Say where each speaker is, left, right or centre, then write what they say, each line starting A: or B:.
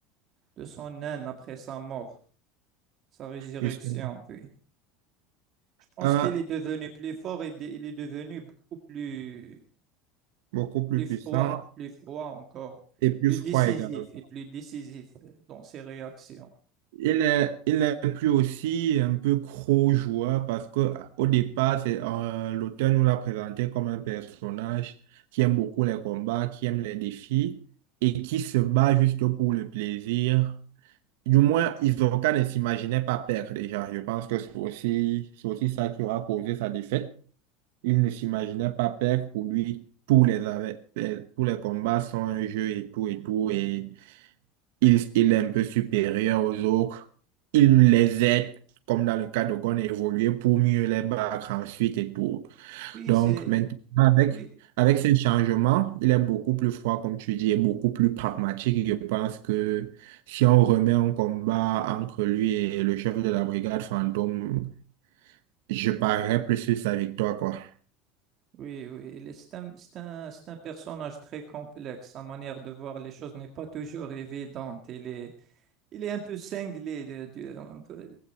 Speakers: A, on the right (about 30°); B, on the right (about 75°).
A: de son naine après sa mort, sa résurrection,
B: justement
A: puis. Je pense
B: un
A: qu'il est devenu plus fort et dé- il est devenu beaucoup plus
B: beaucoup plus
A: plus
B: puissant
A: froid, plus froid encore,
B: et plus
A: plus
B: froid
A: décisif
B: également.
A: et plus décisif dans ses réactions.
B: Il est, il est plus aussi un peu gros joueur parce que au départ, c'est, euh, l'auteur nous l'a présenté comme un personnage qui aime beaucoup les combats, qui aime les défis et qui se bat juste pour le plaisir. Du moins, Hisoka ne s'imaginait pas perdre déjà. Je pense que c'est aussi, c'est aussi ça qui aura causé sa défaite. Il ne s'imaginait pas perdre. Pour lui, tous les, ave- les- tous les combats sont un jeu et tout et tout. Et il, il est un peu supérieur aux autres. Il les aide, comme dans le cas de Gon, à évoluer pour mieux les battre ensuite et tout.
A: Oui,
B: Donc
A: c'est
B: maintenant, avec,
A: oui,
B: avec ce changement, il est beaucoup plus froid, comme tu dis, et beaucoup plus pragmatique. Je pense que si on remet un combat entre lui et le chef de la brigade fantôme, je parierais plus sur sa victoire, quoi.
A: Oui, oui, il est- c'est un, c'est un- c'est un personnage très complexe. Sa manière de voir les choses n'est pas toujours évidente. Il est, il est un peu cinglé. de- de- un peu-